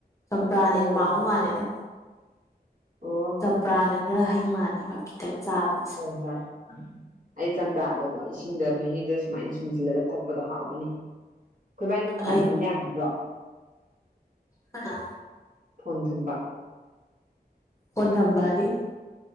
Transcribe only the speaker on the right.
ꯑꯣ
ꯑꯣ
ꯎꯝ ꯍꯣꯏ ꯑꯩ ꯆꯝꯄ꯭ꯔꯥꯗꯣ ꯏꯁꯤꯡꯗ ꯃꯍꯤꯗꯣ ꯁꯨꯃꯥꯏꯅ ꯁꯨꯝꯖꯤꯜꯂꯒ ꯊꯛꯄꯗꯣ ꯍꯥꯎꯕꯅꯤ ꯈꯣꯏꯕꯥꯟꯅꯤ ꯐꯣꯟ
ꯊꯝꯃꯗꯤ ꯌꯥꯕ ꯅꯠꯇ꯭ꯔꯣ
ꯐꯣꯟ ꯊꯝꯕ